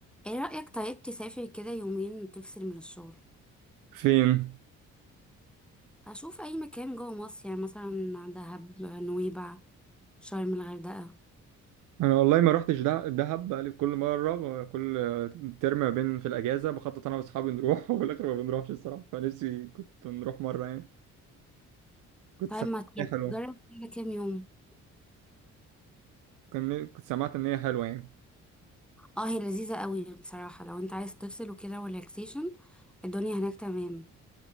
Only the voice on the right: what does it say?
فين
انا والله ما رحتش دع- دهب بقالي كل مره ب- كل ترم ما بين في الاجازه بخطط انا واصحابي نروح <laughs> وفي الاخر ما بنروحش الصراحه فنفسي كنت نروح مره يعني كنت
سمعت
ان هي حلوه
كن- كنت سمعت ان هي حلوه يعني